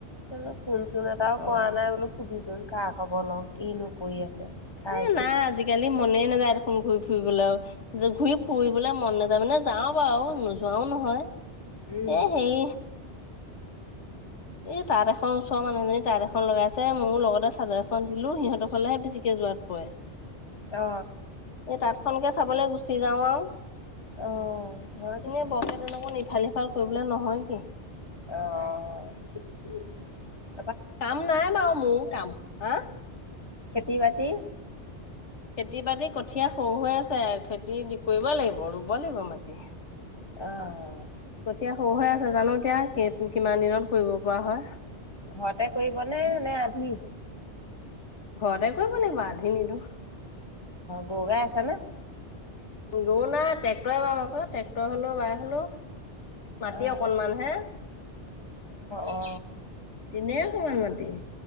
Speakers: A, on the left (about 25°); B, on the left (about 90°).
A: হেল্ল ফোন চোন এটাও
B: অ',
A: কৰা নাই বোলো সুধো চোন খবৰ লও কিনো কৰি আছে খাই
B: এ নাই আজিকালি মনে নাযায় দেখোন ঘুৰি ফুৰিবলৈ য আৰু যে ঘূৰি ফুৰিবলে মন নাযায় মানে যাও বাৰু আৰু নোযোৱাও নহয়,
A: উম
B: এ হেই, এই তাঁত এখন -- এখন ওচৰ মানুহজনী তাঁত এখন লগাইছে ময়ও লগতে চাদৰ এখন দিলো সিহঁত ঘৰলে হে বেছিকে যোৱাত পই
A: অ
B: এই তাঁতখনকে চাবলে গুচি যাওঁ আও,
A: অহ হয় পিছে
B: এনেই বৰপোতলমান ইফাল সিফাল কৰিবলে নহয় সি --
A: আহ
B: কাম নাই বাও মোৰ কাম হা
A: খেতি বাতি
B: খেতি বাতি কঠীয়া সও হৈ আছে খেতি কৰিব লাগিব ৰুব লাগিব মাটি
A: অ
B: কঠীয়া সৰু হৈ আছে জানো এতিয়া কিমান দিনত কৰিব পৰা হয়।
A: ঘৰতে কৰিব নে নে আধি?
B: ঘৰতে কৰিব লাগিব আ্ধি নিদিও
A: গগাই আছে নে?
B: গৰু নাই ট্ৰেক্টৰে বাব আক ট্ৰেক্টৰ হ'লো বাই হলো- মাটি
A: অহ অহ
B: অকনমান হে
A: অহ
B: কিমান মাটি?